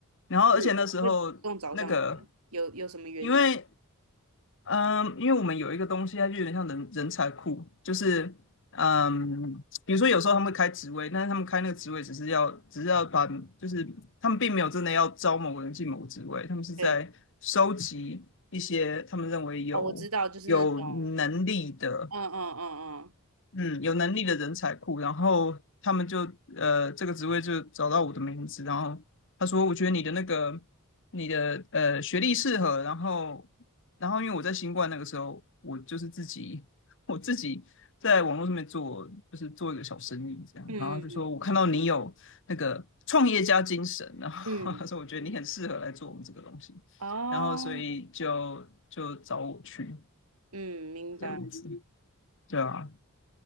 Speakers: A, on the left (about 55°); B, on the right (about 75°).
A: 然后，
B: 那什么会主动找上你啊？
A: 而且那时候那个，
B: 有有什么原因？
A: 因为，嗯，因为我们有一个东西，它就有点像人人才库，就是，嗯，比如说有时候他们会开职位，但是他们开那个职位只是要，只是要把，就是他们并没有真的要招某个人进某个职位，他们是在收集一些他们认为有有能力的。”
B: 对，哦，我知道，就是那种，嗯嗯嗯嗯
A: 嗯，有能力的人才库，然后他们就呃这个职位就找到我的名字，然后他说我觉得你的那个你的呃学历适合，然后然后因为我在新冠那个时候，我就是自己 <laughs> 我自己在网络上面做，就是做一个小生意这样，
B: 嗯
A: 然后就说我看到你有那个创业家精神，然后他说我觉得你很适合来做我们这个东西，
B: 嗯嗯，哦，
A: 然后所以就就找我去
B: 嗯，明白。
A: 这样子，对啊，